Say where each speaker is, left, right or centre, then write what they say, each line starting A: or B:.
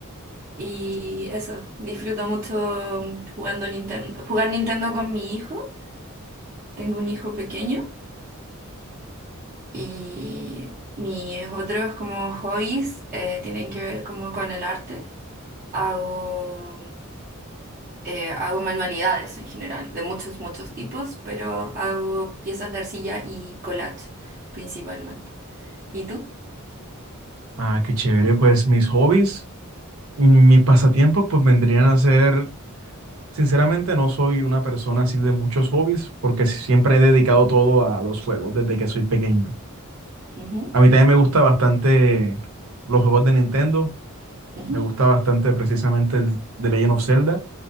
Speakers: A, on the right; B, on the right.
A: Y eso, disfruto mucho jugando Nintendo, jugar Nintendo con mi hijo. Tengo un hijo pequeño. Y mis otros como hobbies eh, tienen que ver como con el arte. Hago, eh, hago manualidades en general, de muchos, muchos tipos, pero hago piezas de arcilla y collage principalmente. ¿Y tú?
B: Ah, qué chévere, pues mis hobbies, mis pasatiempos, pues vendrían a ser, sinceramente no soy una persona así de muchos hobbies, porque siempre he dedicado todo a los juegos desde que soy pequeño.
A: Ujú,
B: A mí también me gusta bastante los juegos de Nintendo,
A: ujú,
B: me gusta bastante precisamente el The Legend of Zelda